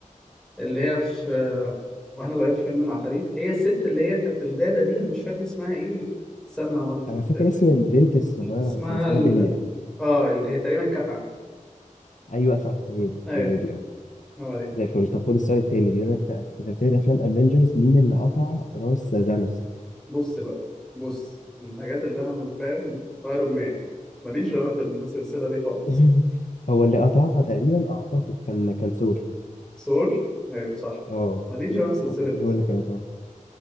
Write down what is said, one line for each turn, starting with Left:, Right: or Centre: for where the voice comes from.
Centre: اللي هي في آه، واحنا صغيرين في فيلم العفاريت هي الست اللي هي كانت الدادة دي انا مش فاكر اسمها ايه استنى هقول
Left: انا فاكر
Centre: لك.
Left: اسم البنت الصغيرة
Centre: اسمها
Left: كان اسمها
Centre: ال...
Left: بيليا
Centre: اه اللي هي تقريبا الكافعة
Left: ايوه صح هي دي
Centre: ايوه
Left: هي دي اه
Centre: هو دي
Left: زي الفل طب خد السؤال التاني بيقول لك بقى في سلسلة افلام افنجرز مين اللي قطع راس زانوس
Centre: بص بقى بص من الحاجات اللي انا فاهم ايرون مان ماليش انا في السلسله دي خالص
Left: <laughs> هو اللي قطعها تقريبا اعتقد كان كان ثور
Centre: ثور ايوه صح
Left: اه
Centre: ماليش انا في السلسله
Left: اعتقد
Centre: دي
Left: هو اللي كان قطعها